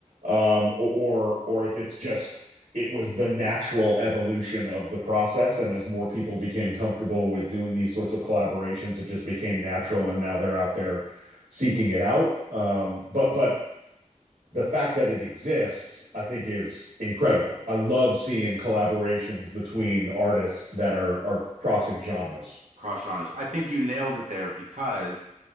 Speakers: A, on the right; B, on the right.
A: um, or or if it's just it was the natural evolution of the process, and as more people became comfortable with doing these sorts of collaborations, it just became natural, and now they're out there seeking it out. Um, but but the fact that it exists, I think, is incredible. I love seeing collaborations between artists that are are crossing genres.
B: Cross genres. I think you nailed it there because